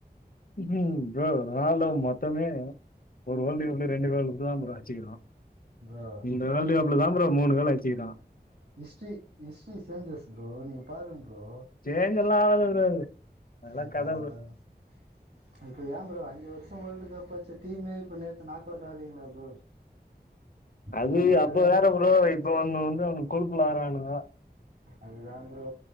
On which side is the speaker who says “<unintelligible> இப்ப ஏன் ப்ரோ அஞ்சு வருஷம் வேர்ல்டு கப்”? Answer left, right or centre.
Right